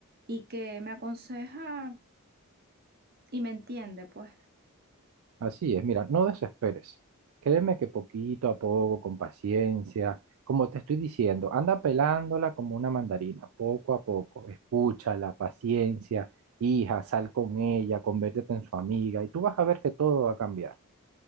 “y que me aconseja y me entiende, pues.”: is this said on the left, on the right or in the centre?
Right